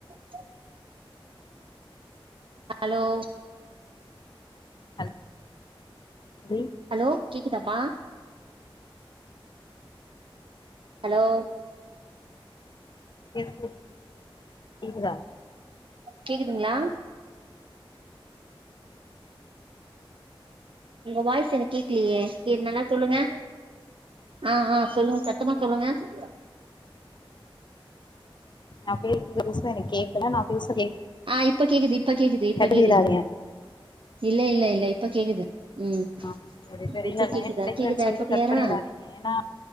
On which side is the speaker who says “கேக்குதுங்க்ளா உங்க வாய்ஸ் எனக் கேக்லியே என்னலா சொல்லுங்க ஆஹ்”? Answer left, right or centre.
Right